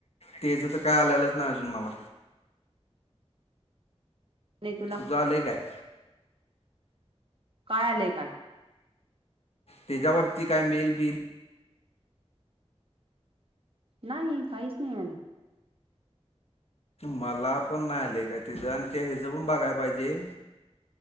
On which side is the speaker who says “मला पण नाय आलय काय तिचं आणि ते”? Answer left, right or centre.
Left